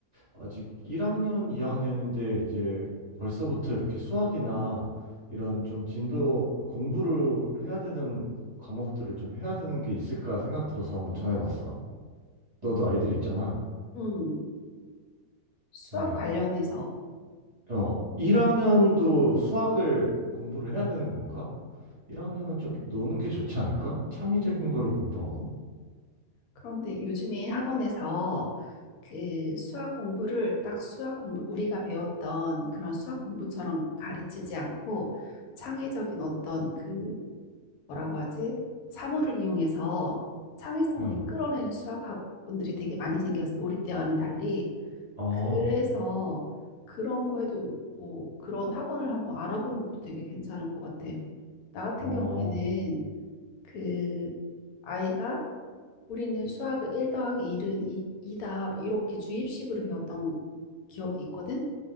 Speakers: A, on the right; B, on the left.
A: 아직 1학년, 2학년인데 이제 벌써부터 이렇게 수학이나 이런 좀 진도 공부를 해야 되는 과목들을 좀 해야 되는 게 있을까 생각 들어서 한번 전화해봤어. 너도 아이들 있잖아.
B: 음, 수학
A: 근데
B: 관련해서.
A: 어, 1학년도 수학을 공부를 해야 되는 건가? 1학년은 좀 노는 게 좋지 않을까? 창의적인 거를 공부하고?
B: 그런데 요즘에 학원에서 그 수학 공부를 딱 수학 공부, 우리가 배웠던 그런 수학 공부처럼 가르치지 않고 창의적인 어떤 그, 뭐라고 하지? 사물을 이용해서 창의성을
A: 응.
B: 이끌어내는 수학 학원들이 되게 많이 생겼어. 우리 때와는 달리.
A: 어,
B: 그래서 그런 거 해도, 어, 그런 학원을 한번 알아보는 것도 되게 괜찮을 것 같아. 나 같은
A: 어,
B: 경우에는 그 아이가 우리는 수학을 1 더하기 일은 2, 이다 뭐 이렇게 주입식으로 배웠던 기억이 있거든.